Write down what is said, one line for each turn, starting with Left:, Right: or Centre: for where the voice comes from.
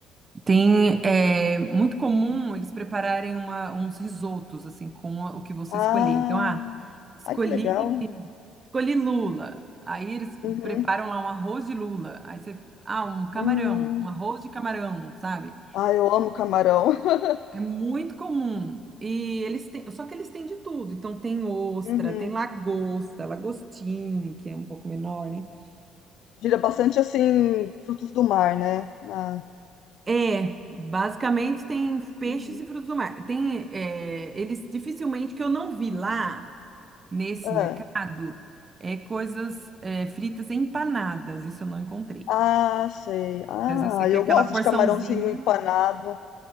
Right: Tem, é muito comum eles prepararem uma- uns risotos, assim, com o que você
Left: Ah,
Right: escolher. Então, ah, escolhi,
Left: ai, que legal.
Right: escolhi lula. Aí eles
Left: Uhum.
Right: preparam lá um arroz de lula. Aí você, ah, um camarão,
Left: Hum.
Right: um arroz de camarão, sabe?
Left: Ai, eu amo camarão. <laughs>
Right: É muito comum. E eles têm, só que eles têm de tudo. Então, tem ostra,
Left: Uhum.
Right: tem lagosta, lagostim, que é um pouco menor, né? É,
Left: Gira bastante, assim, frutos do mar, né? Ah,
Right: É, basicamente tem peixes
Left: uhum.
Right: e frutos do mar. Tem, é, eles dificilmente que eu não vi lá nesse
Left: Ah,
Right: mercado é coisas é, fritas empanadas. Isso eu não encontrei.
Left: ah, sei. Ah,
Right: Porque Às vezes você quer
Left: eu
Right: aquela
Left: gosto
Right: porçãozinha,
Left: de camarãozinho empanado,